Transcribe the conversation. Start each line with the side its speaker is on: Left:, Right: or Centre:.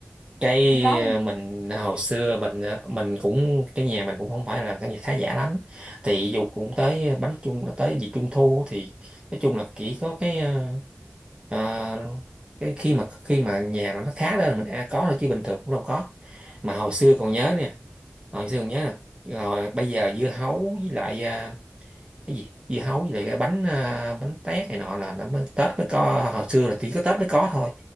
Right: cái
Left: Không có luôn.
Right: ờ, mình ờ, hồi xưa mình ờ, mình cũng cái nhà mình cũng không phải là cái nhà khá giả lắm thì dù cũng tới bánh trung ờ, tới dịp trung thu thì nói chung là chỉ có cái ờ, ờ, cái khi mà khi mà nhà nó khá lên là mình đã có rồi chứ bình thường cũng đâu có mà hồi xưa còn nhớ nè hồi xưa còn nhớ là rồi bây giờ dưa hấu với lại ờ, cái gì dưa hấu với lại cái bánh à, bánh tét này nọ là, là mới, Tết mới có hồi xưa là chỉ có Tết mới có thôi